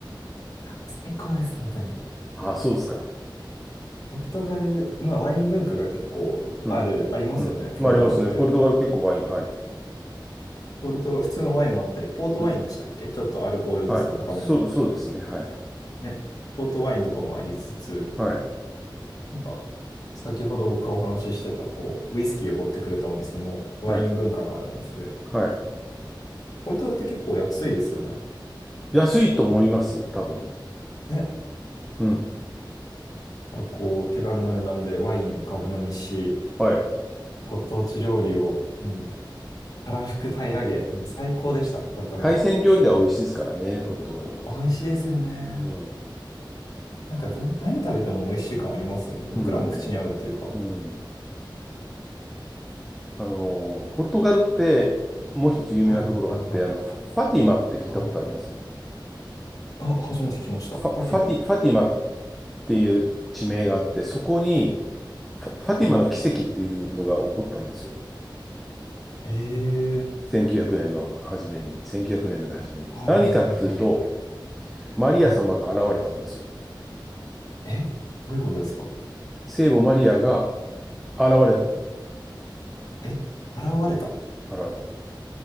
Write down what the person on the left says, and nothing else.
最高です、本当に。
ポルトガル、まあワイン文化が結構ある、
ありますよね、
ポルトガルって。
ポルト、普通のワインもあったり、ポートワインでしたっけちょっとアルコール度数高めの。
ね。ポートワインとかもありつつ、
なんか、先ほど僕がお話ししてた、こう、ウイスキーを持ってくれたお店も、ワイン文化のあるお店で、
ポルトガルって結構安いですよね。
ね。だか
らこう、手軽な値段でワインをガブ飲みし、
ご当地料理を、もう、たらふく平らげ、もう最高でした、ポルトガルは。
美味しいですよね。
なんか全、何食べても美味しい感ありますよね。僕らの口に合うっていうか。
はいはいはい。
はい。あ、初めて聞きました。
ファティマ。
はい。ええー。
はいはいはいはい。
はい。えどういうことですか
はい。え、現れた。